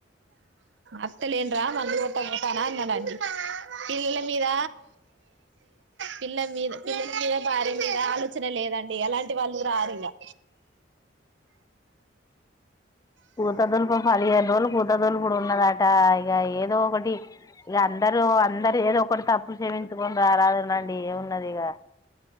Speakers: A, on the right; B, on the left.
A: అట్టలేను రా మందు కూడాతానా డి పిల్లల మీద పిల్ల మీద పిల్లల మీద బ మీ ఆలోచన లేదండి ఎలాంటి వాళ్ళు రారు ఇంగా
B: కూతదులుపు పదిహేను రోజులు కూతదులుపుడు ఉన్నదట ఇక ఏదో ఒకటి ఇక అందరు అందరు ఏదో ఒకటి తప్పులు చేవించుకొని రాలదునండి ఏమున్నది ఇక